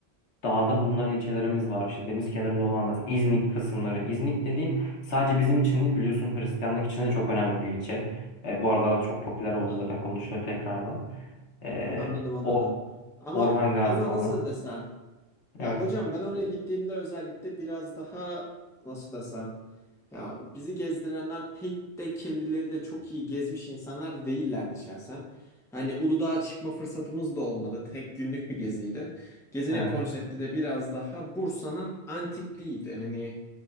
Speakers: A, on the left; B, in the centre.
A: dağda bulunan ilçelerimiz var. İşte deniz kenarında olan mesela İznik kısımları. İznik dediğin sadece bizim için değil biliyorsun Hristiyanlık için de çok önemli bir ilçe. E, bu aralarda da çok popüler oldu
B: Anladım.
A: zaten konuşuluyor tekrardan. E,
B: Anladım anladım.
A: o
B: Ama
A: Orhan Gazi
B: ama
A: falan.
B: nasıl desem?
A: Evet.
B: Ya hocam ben oraya gittiğimde özellikle biraz daha nasıl desem? Ya bizi gezdirenler pek de kendileri de çok iyi gezmiş insanlar değillerdi şahsen. Hani Uludağ'a çıkma fırsatımız da olmadı. Tek günlük bir geziydi. Gezinin
A: Evet.
B: konsepti de biraz daha Bursa'nın antikliğiydi. Hani